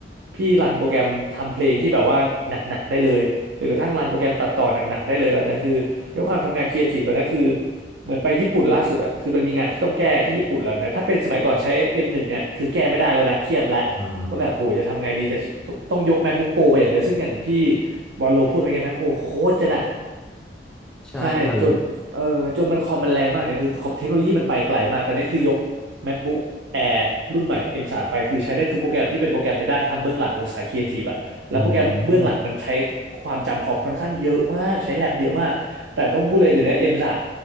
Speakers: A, on the right; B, in the centre.
A: พี่รันโปรแกรมทำเพลงที่แบบว่าหนักๆได้เลย หรือกระทั่งรันโปรแกรมตัดต่อหนักๆได้เลยตอนนี้คือด้วยความทำงานครีเอทีฟตอนนี้คือเหมือนไปญี่ปุ่นล่าสุดอะคือมันมีงานที่ต้องแก้ที่ญี่ปุ่นแล้วเนี่ยถ้าเป็นสมัยก่อนใช้ M1 เนี่ยคือแก้ไม่ได้แล้วนะเครียดแล้ว
B: อ๋อ
A: ว่าแบบโหจะทำไงดีจะต้องต้องยก MacBook Pro ไปอย่างเดียวซึ่งอย่างที่บอลโลพูดไปไง MacBook Pro โคตรจะหนัก
B: ใช่ครับแล้ว
A: ใช่จนเออจนมันคอมมันแรงมากเนี่ยคือขอบเทคโนโลยีมันไปไกลมากตอนนี้คือยก MacBook Air รุ่นใหม่ M3 ไปคือใช้ได้ทุกโปรแกรมที่เป็นโปรแกรมในด้านทำเบื้องหลังของสายครีเอทีฟอะแล้วโปรแกรมเบื้องหลังมันใช้
B: อืม
A: ความจำคอมค่อนข้างเยอะมากใช้แรมเยอะมากแต่ต้องพูดเลยเดี๋ยวนี้ M3